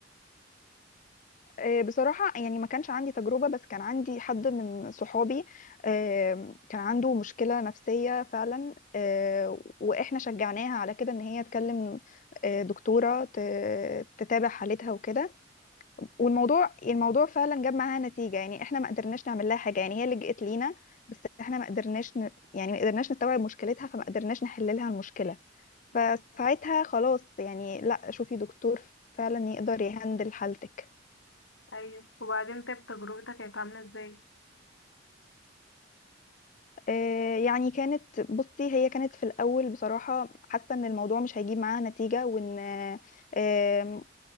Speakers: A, on the left; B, on the left.
A: آه، بصراحة يعني ما كانش عندي تجربة بس كان عندي حد من صحابي آه، كان عنده مشكلة نفسية فعلا آه، وإحنا شجعناها على كده إن هي تكلم آه، دكتورة ت- تتابع حالتها وكده والموضوع الموضوع فعلا جاب معاها نتيجة يعني إحنا ما قدرناش نعمل لها حاجة يعني هي لجأت لينا بس إحنا ما قدرناش ن... يعني ما قدرناش نستوعب مشكلتها فما قدرناش نحل لها المشكلة
B: مم.
A: فساعتها خلاص يعني لا شوفي دكتور فعلا يقدر يهندل حالتك
B: ايوه وبعدين طيب تجربتك كانت عاملة ازاي
A: آه، يعني كانت بصي هي كانت في الأول بصراحة حاسة إن الموضوع مش هيجيب معاها نتيجة وإن آه، آم،